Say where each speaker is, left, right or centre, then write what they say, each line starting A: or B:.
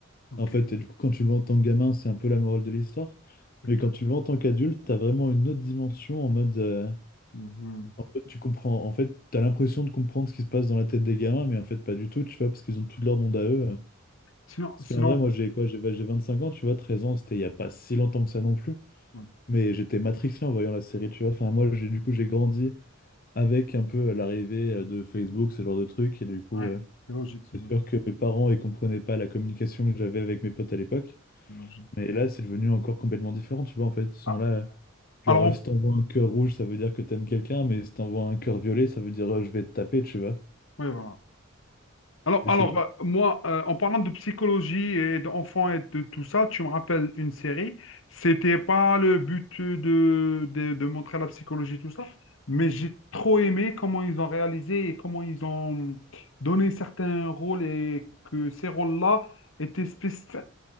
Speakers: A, on the left; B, on the left.
A: Ok.
B: En fait, et du coup, quand tu le vois en tant que gamin, c'est un peu la morale de l'histoire.
A: ok.
B: Mais quand tu le vois en tant qu'adulte, t'as vraiment une autre dimension en mode. euh,
A: Mhm.
B: en mode, tu comprends. En fait, t'as l'impression de comprendre ce qui se passe dans la tête des gamins, mais en fait, pas du tout, tu vois, parce qu'ils ont tout leur monde à eux. euh.
A: Sinon,
B: Parce
A: sinon...
B: qu'en vrai, moi, j'ai quoi? J'ai bah, j'ai 25 ans, tu vois, 13 ans, c'était il y a pas si longtemps que ça non plus.
A: Ouais,
B: Mais j'étais matrixé en voyant la série, tu vois. Enfin, moi, j'ai du coup, j'ai grandi avec un peu euh, l'arrivée euh, de Facebook, ce genre de truc, et du coup.
A: Ouais,
B: euh,
A: c'est logique, c'est
B: C'est
A: logique,
B: sûr que mes parents, ils comprenaient pas la communication que j'avais avec mes potes à l'époque.
A: c'est logique.
B: Mais là, c'est devenu encore complètement différent, tu vois. En fait, ils sont
A: Ah,
B: là. Genre,
A: alors, on...
B: euh, si t'envoies un cœur rouge, ça veut dire que t'aimes quelqu'un. Mais si t'envoies un cœur violet, ça veut dire euh, je vais te taper, tu vois.
A: ouais, voilà. Alors,
B: Et
A: alors
B: c'est...
A: euh, moi, euh, en parlant de psychologie et d'enfants et de tout ça, tu me rappelles une série. C'était pas le but de, de, de montrer la psychologie, tout ça, mais j'ai trop aimé comment ils ont réalisé et comment ils ont donné certains rôles et que ces rôles-là étaient spécifiques.